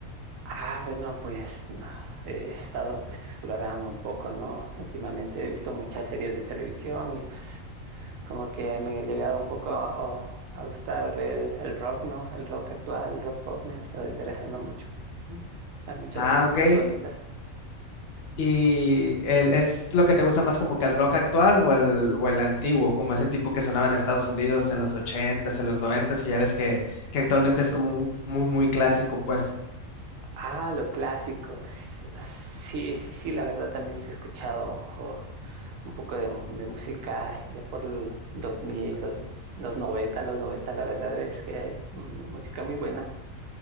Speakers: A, on the right (about 75°); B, on the left (about 55°).
A: Ah, bueno, pues no, he estado pues explorando un poco, ¿no? Últimamente he visto muchas series de televisión y pues como que me ha llegado un poco a, o- a gustar el, el rock, ¿no? El rock actual, el rock pop me ha estado interesando mucho. Mm. Hay muchas
B: Ah,
A: músicas
B: ok.
A: bonitas.
B: ¿Y el- es lo que te gusta más como que el rock actual o el, o el antiguo, como ese tipo que sonaba en Estados Unidos en los ochentas en los noventas que ya ves que, que actualmente es como un- muy, muy clásico, pues?
A: Ah, lo clásico. s- Sí, sí, sí, la verdad también se ha escuchado ojo, un poco de, mu- de música ya por el 2000, los, los 90, los 90, la verdad es que hay mm, música muy buena,